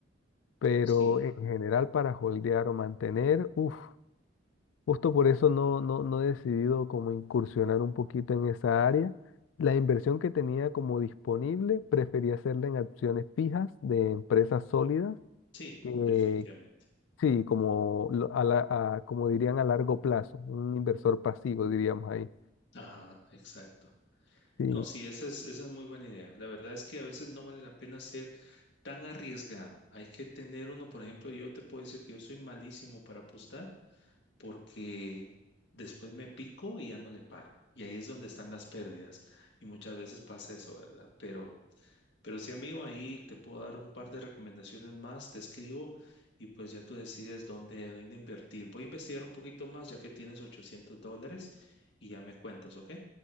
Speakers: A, on the left; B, on the left.
A: Pero
B: sí,
A: en general para holdear o mantener, uff. Justo por eso no, no, no he decidido como incursionar un poquito en esa área. La inversión que tenía como disponible, prefería hacerla en acciones fijas de empresas sólidas,
B: sí,
A: que
B: definitivamente.
A: sí, como, lo- a la- a- como dirían a largo plazo, un inversor pasivo, diríamos ahí.
B: Ajá, exacto.
A: Sí,
B: No, sí, esa es, esa es muy buena idea. La verdad es que a veces no vale la pena ser tan arriesgado. Hay que tener uno, por ejemplo, yo te puedo decir que yo soy malísimo para apostar porque después me pico y ya no le paro. Y ahí es donde están las pérdidas. Y muchas veces pasa eso, ¿verdad? Pero, pero sí, amigo, ahí te puedo dar un par de recomendaciones más, te escribo y pues ya tú decides dónde, dónde invertir. Voy a investigar un poquito más ya que tienes 800 dólares y ya me cuentas, ¿ok?